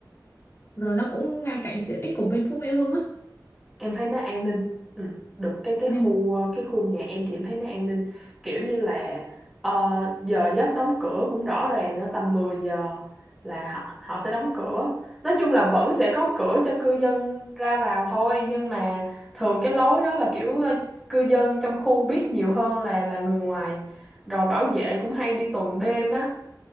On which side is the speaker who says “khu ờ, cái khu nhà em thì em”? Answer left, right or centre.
Centre